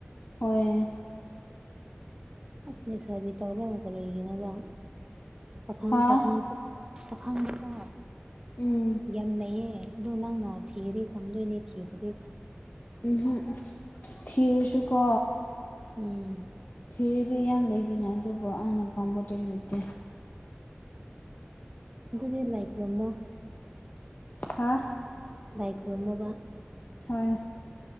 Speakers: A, on the left; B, on the right.
A: ꯍꯣꯏ
B: ꯑꯁ ꯂꯩꯁꯥꯕꯤ ꯇꯧꯔ ꯀꯔꯤꯒꯤꯅꯣꯕ ꯄꯥꯈꯪ
A: ꯍꯥ
B: ꯄꯥꯈꯪ ꯄꯥꯈꯥꯡꯗꯀꯣ
A: ꯎꯝ
B: ꯌꯥꯝ ꯂꯩꯌꯦ ꯑꯗꯨ ꯅꯪꯅ ꯊꯤꯗꯤ ꯄꯥꯡꯗꯣꯏꯅꯦ ꯊꯤꯗꯗꯤ
A: ꯎꯝꯍꯝ ꯊꯤꯔꯨꯁꯨ ꯀꯣ
B: ꯎꯝ
A: ꯊꯤꯔꯤꯗꯤ ꯌꯥꯝ ꯂꯩꯒꯤꯅꯦ ꯑꯗꯨꯕꯨ ꯑꯩꯅ ꯄꯥꯝꯕꯗꯣ ꯂꯩꯇꯦ
B: ꯑꯗꯨꯗꯤ ꯂꯥꯏ ꯈꯨꯔꯨꯝꯃꯣ
A: ꯍꯥ
B: ꯂꯥꯏ ꯈꯨꯔꯨꯝꯃꯣꯕ
A: ꯍꯣꯏ